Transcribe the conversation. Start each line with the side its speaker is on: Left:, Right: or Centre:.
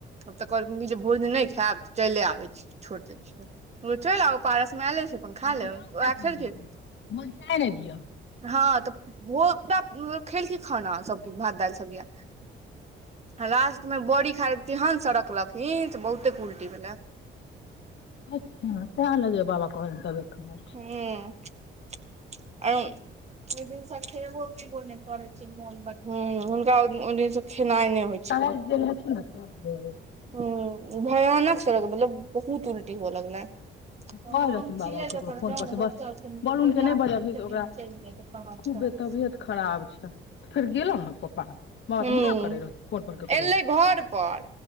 Right: आब तऽ कहलखिन जे भोज नहि खायब तऽ चलि आबै छी छोड़ि दै छियै रुचो आ पारस मेलै छै अपन खा
Left: बढ़ियां
Right: लेब
Left: उपाय
Right: ओएह
Left: करेलहु
Right: खेलखिन
Left: ले <unintelligible> किन बुझा नहि दिअ
Right: हँ तऽ ओ खेलकी खाना सभकछु भात दालि सभ य लास्ट मे बड़ी खा के तेहन सड़कलखिन त बहुते उल्टी भेले
Left: अच्छा ताए लगैया बाबा कहलैन तबियत खराब
Right: आ ओहि जिनस खबो पबौ ने कर छै हु हुनका ओ दिन से खेनाय नय होय छै
Left: <unintelligible>
Right: हू भयानक सलक मतलब बहुत उल्टी हुअ लगलैन तऽ
Left: कहै
Right: हँ
Left: रहथिन
Right: हम
Left: बाबा
Right: छियै
Left: ओ ककरो
Right: जेर
Left: फोन
Right: जन
Left: पर से
Right: बस तऽ
Left: बलूनके
Right: कहहि
Left: नहि बजबही से ओकरा
Right: हच्छा
Left: खूबे तबियत खराब छै फेर गेलो रहौ पापा बात
Right: हूँ
Left: मना करे रहथि फोन पर ककरो
Right: एलै घर पर